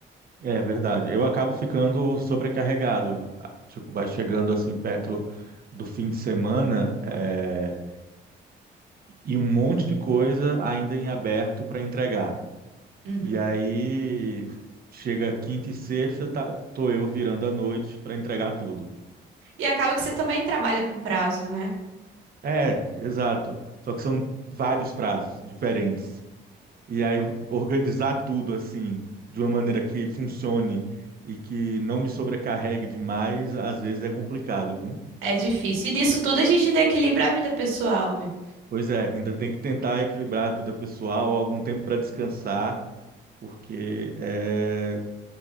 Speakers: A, on the right; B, on the right.
A: é verdade. Eu acabo ficando sobrecarregado. Ah, Tipo, vai chegando assim perto do fim de semana, é, e um monte de coisa ainda em aberto para entregar.
B: Uhum.
A: E aí chega quinta e sexta, tá, tô eu virando a noite para entregar tudo.
B: E acaba que você também trabalha com prazo, né?
A: É, exato. Só que são vários prazos diferentes. E aí organizar tudo assim, de uma maneira que funcione e que não me sobrecarregue demais, às vezes é complicado, viu?
B: É difícil. E nisso tudo a gente ainda equilibra a vida pessoal, né?
A: Pois é, ainda tem que tentar equilibrar a vida pessoal, algum tempo para descansar, porque é,